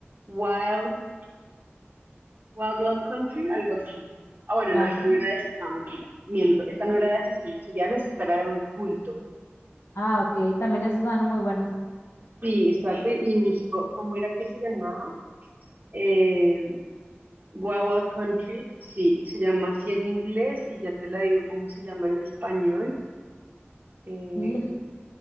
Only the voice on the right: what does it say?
Wild, Wild Wild Country, algo así. Ah, bueno,
no, esta
no era de, no, mentira, miento, esta no era de asesinos seriales, esta era de un culto.
Sí, espérate, y busco, ¿cómo era que se llamaba? Eh, Wild Wild Country, sí, se llama así en inglés y ya te la digo cómo se llama en español. Eh,